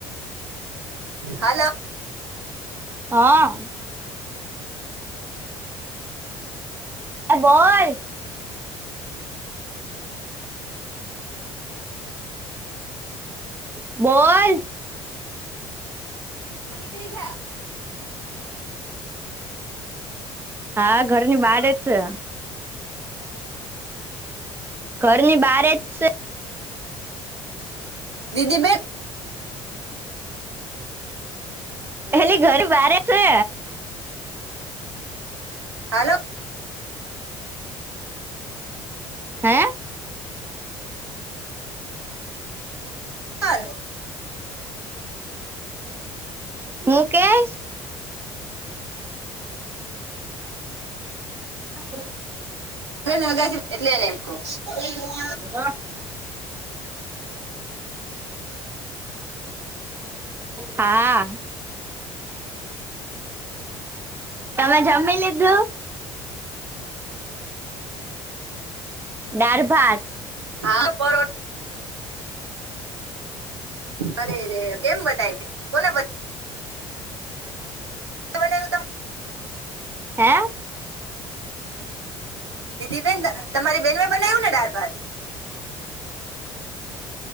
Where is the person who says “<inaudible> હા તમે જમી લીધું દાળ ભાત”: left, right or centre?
Right